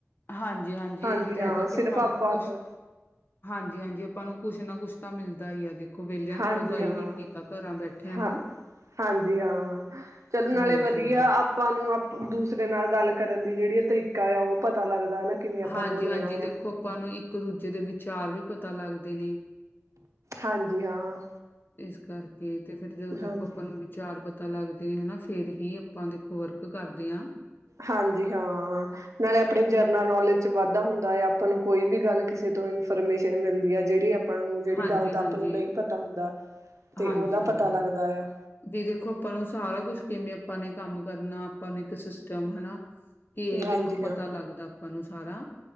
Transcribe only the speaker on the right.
ਹਾਂਜੀ
ਹਾਂ
ਸਿਰਫ
ਤੋਂ
ਹਾਂਜੀ,
ਹਾਂ-ਹਾਂ
ਹਾਂਜੀ ਹਾਂ, ਚਲੋ ਨਾਲੇ
ਵਧੀਆ ਆਪਾਂ ਨੂੰ ਦੂਸਰੇ ਨਾਲ ਗੱਲ ਕਰਨ ਦੀ ਜਿਹੜੀ ਤਰੀਕਾ ਆ ਉਹ ਪਤਾ ਲੱਗਦਾ। ਨਾ ਕਿਵੇਂ ਆਪਾਂ
ਬੋਲਣਾ
ਆ
ਹਾਂਜੀ ਹਾਂ
ਹਾਂਜੀ
ਹਾਂਜੀ ਹਾਂ, ਨਾਲੇ ਆਪਣੀ ਜਰਨਲ ਨੋਲੇਜ ਵਾਧਾ ਹੁੰਦਾ ਆ। ਆਪਾਂ ਨੂੰ ਕੋਈ ਵੀ ਗੱਲ ਕਿਸੇ ਤੋਂ ਇਨਫੋਰਮੇਸ਼ਨ ਮਿਲਦੀ ਹੈ ਜਿਹੜੀ ਆਪ। ਆਪਾਂ ਨੂੰ ਜਿਹੜੀ
ਗੱਲ ਦਾ ਆਪਾਂ ਨੂੰ ਨਹੀਂ ਪਤਾ ਹੁੰਦਾ। ਤੇ
ਉਹਦਾ ਪਤਾ ਲੱਗਦਾ ਆ
ਹਾਂਜੀ
ਹਾ।